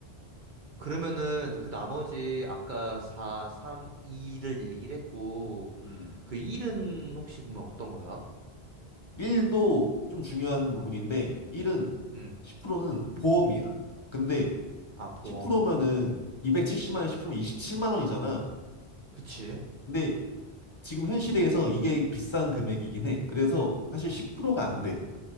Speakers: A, on the right; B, on the left.
A: 그러면은 그 나머지 아까 4, 3, 2를 얘기를 했고,
B: 음.
A: 그 1은 혹시 그러면 어떤 거야?
B: 일도 좀 중요한 부분인데 일은
A: 음.
B: 10%는 보험이야. 근데
A: 아, 보험.
B: 10%면은 270만 원에 10%면 27만 원이잖아.
A: 그치.
B: 근데 지금 현 시대에서 이게 비싼 금액이긴 해. 그래서 사실 10%가 안 돼.